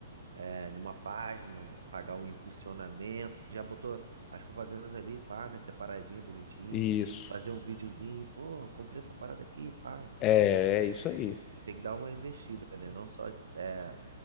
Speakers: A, on the right; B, on the left.
A: é, numa página, pagar o impulsionamento, já botou as propagandas ali, pá, né, separadinho, bonitinho,
B: Isso.
A: fazer um videozinho, pô, comprei essa parada aqui, pá.
B: É, é isso aí.
A: Tem que dar uma investida, né? Não só é,